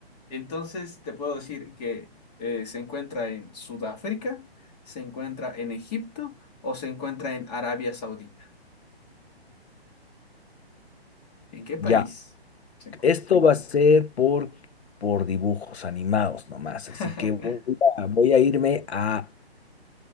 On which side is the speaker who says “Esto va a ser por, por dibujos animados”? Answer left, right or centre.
Left